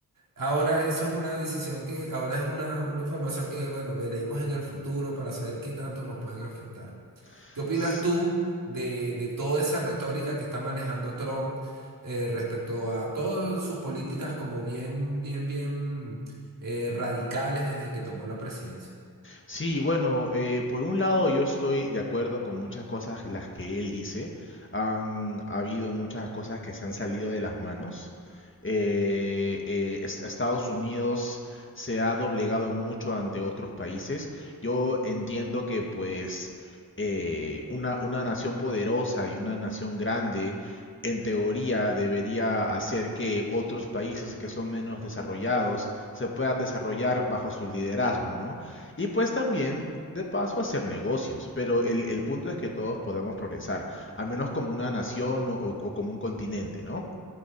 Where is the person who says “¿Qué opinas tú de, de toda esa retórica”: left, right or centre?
Right